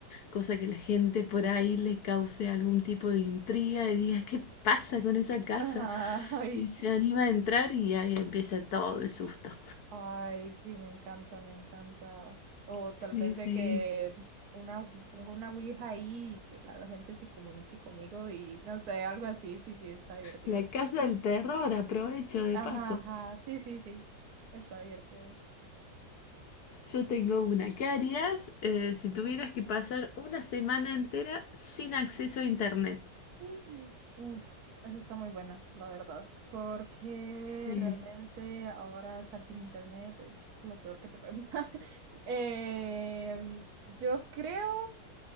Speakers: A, on the left; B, on the right.
A: cosa que la gente por ahí le cause algún tipo de intriga y diga, ¿qué pasa con esa casa?
B: ajá, <laughs> ay,
A: Y
B: sí.
A: se anima a entrar y ahí empieza todo el susto.
B: Ay, sí, me encanta, me encanta. O tal
A: Sí,
B: vez
A: sí,
B: de que una, pongo una ouija ahí y que la gente se comunique conmigo y no sé, algo así, sí, sí, está divertido.
A: la casa del terror, aprovecho de
B: Ajá,
A: paso.
B: ajá, sí, sí, sí, está divertido.
A: Yo tengo una. ¿Qué harías eh, si tuvieras que pasar una semana entera sin acceso a internet?
B: Mm. Uf, eso está muy buena, la verdad, porque
A: Eh,
B: realmente ahora estar sin internet es lo peor que te puede pasar. <laughs> Em, yo creo